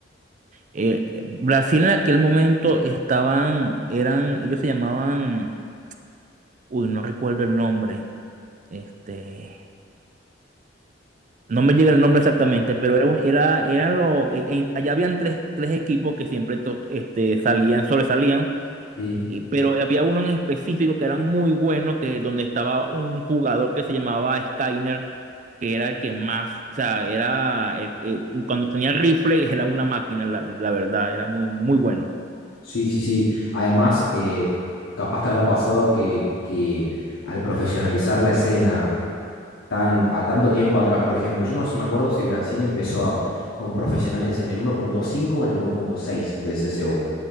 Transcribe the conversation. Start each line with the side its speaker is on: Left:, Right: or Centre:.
Right: Eh, Brasil en aquel momento estaban, eran, ellos se llamaban, uy, no recuerdo el nombre, este, no me llega el nombre exactamente, pero era, un- era, eran los, eh, en- allá habían tres, tres equipos que siempre to- este, salían, sobresalían,
Left: Sí,
Right: y- pero había uno en específico que era muy bueno, que donde estaba un jugador que se llamaba Skyner, que era el que más, o sea, era, eh, eh, cuando tenía rifle era una máquina, la, la verdad, era muy, muy bueno.
Left: sí, sí, sí. Además, eh, capaz te habrá pasado que, que al profesionalizar la escena tan, a tanto tiempo atrás, por ejemplo, yo no sé, me acuerdo si Brasil empezó a- con profesionales en el 1.5 o en el 1.6 de CSU.